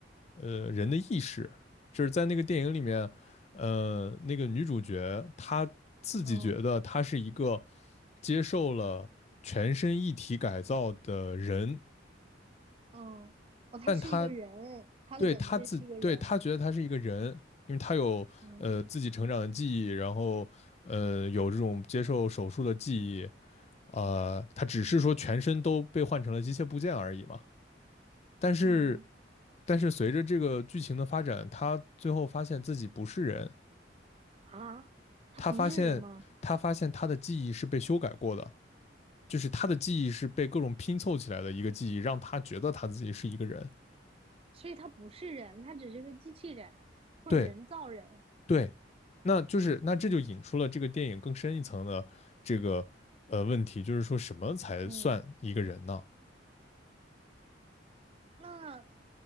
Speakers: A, on the left; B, on the right.
A: 呃，人的意识。就是在那个电影里面，呃，那个女主角她自己觉得她是一个
B: 嗯
A: 接受了全身一体改造的人，
B: 嗯，哦，他是一个人，
A: 但她
B: 他的本质是一个人。
A: 对她自，对她觉得她是一个人，
B: 嗯
A: 因为她有呃自己成长的记忆，
B: 嗯
A: 然后。呃，有这种接受手术的记忆，呃，他只是说全身都被换成了机械部件而已嘛。但是，
B: 嗯，
A: 但是随着这个剧情的发展，他最后发现自己不是人，
B: 啊，他不是人吗？
A: 他发现他发现他的记忆是被修改过的，就是他的记忆是被各种拼凑起来的一个记忆，让他觉得他自己是一个人。
B: 所以他不是人，他只是个机器人或者人造人。
A: 对对，那就是那这就引出了这个电影更深一层的这个呃问题，就是说什么才算一个人呢？
B: 嗯，那